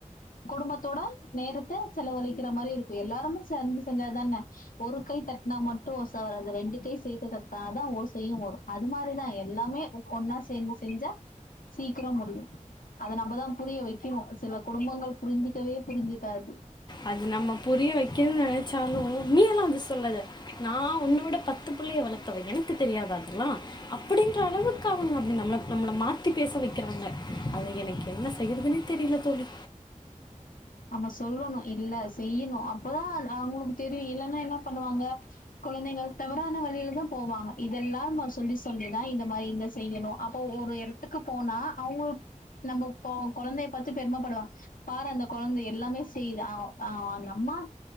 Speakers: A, on the left; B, on the left.
A: குடும்பத்தோட நேரத்த செலவழிக்கிற மாரி இருக்கு எல்லாருமே சேந்து செஞ்சாதான ஒரு கை தட்னா மட்டு ஓச வராது ரெண்டு கை சேத்து தட்னாதா ஓசையு வரு அது மாரிதா எல்லாமே ஒன்னா சேந்து செஞ்சா சீக்கிரோ முடியு அது நம்பதா புரிய வெக்கணு சில குடும்பங்கள் புரிஞ்சிக்கவே புரிஞ்சுக்காது
B: அது நம்ம புரிய வெக்கிணு நெனச்சாலு நீ எல்லா அத சொல்லாத நா உன்னோட பத்து புள்ளைய வளத்தவ எனக்கு தெரியாதா அதுல்லா அப்படின்ற அளவுக்கு அவுங்க அப்டி நம்ள நம்ள மாத்தி பேச வெக்கிறாங்க அத எனக்கு என்ன செய்யறதுனே தெரில தோழி
A: நம்ம சொல்லணு இல்ல செய்யணு அப்பதா அ அவுங்களுக்கு தெரியு இல்லன்னா என்ன பண்ணுவாங்க குழந்தைங்கள் தவறான வழியில தா போவாங்க இதெல்லாம சொல்லி சொல்லிதா இந்த மாரி இந்த செய்யணு அப்போ ஒரு எடத்துக்கு போனா அவுங்களுக் நம்ம இப்போ கொழந்தைய பாத்து பெருமைப்படுலா பாரு அந்த கொழந் எல்லாமே செய்யுது ஆ ஆ அந்த அம்மா